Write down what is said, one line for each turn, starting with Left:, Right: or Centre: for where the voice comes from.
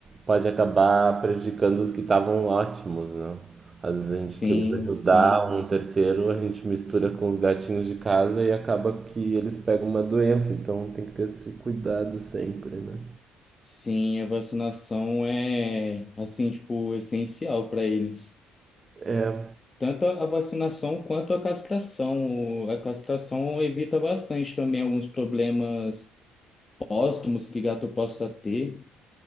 Right: pode acabar prejudicando os que estavam ótimos, né? Às vezes a gente
Left: Sim,
Right: querendo ajudar
Left: sim,
Right: um terceiro, a gente mistura com os gatinhos de casa e acaba que eles pegam uma doença, então tem que ter esse cuidado sempre, né?
Left: sim, a vacinação é, assim, tipo, essencial para eles.
Right: É,
Left: Tanto a vacinação quanto a castração. O- A castração evita bastante também alguns problemas póstumos que gato possa ter.